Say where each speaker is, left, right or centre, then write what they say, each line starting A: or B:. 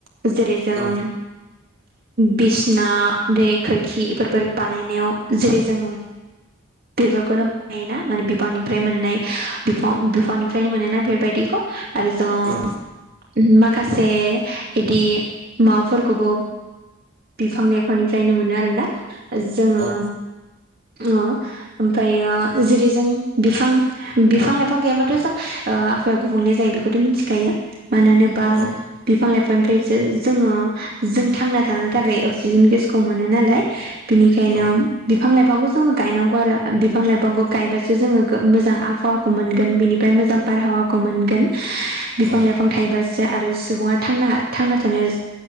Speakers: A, on the right; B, on the right.
A: जेरै जोंङो
B: औ
A: बिस ना देरै खोरखि बेफोरफोर बानायनायाव जेरै जों बेफोरखौनो बेना माने बिफांनिफ्राय मोननाय बिफां बिफांनिफ्रायनो मोनोना बेफोरबायदिखौ आरोद'
B: औ
A: माखासे इदि माबाफोरखौबो बिफां लाइफांनिफ्रायनो मोनो आरोना जोङो
B: औ
A: ओ ओमफ्रायो जेरै जों बिफां बिफां लाइफां गैयाबा थ'जों ओ आफहावाया गुबुंले जायो बेखौथ' मिथिखायो मानो होनोबा
B: औ
A: बिफां लाइफांनिफ्रायसो जोङो जों थांना थानो थाखाय अक अक्सिजेन गेसखौ मोनो नालाय बिनिखायनो
B: औ
A: बिफां लाइफांखौ जोङो गायनांगौ आरो बिफां लाइफांखौ गायबासो जोङो गो मोजां आबहावा खौ मोनगोन बेनिफ्राय मोजां बारहावाखौ मोनगोन बिफां
B: औ
A: लाइफां थायोबासो आरो सुबुङा थांना थांना थानाय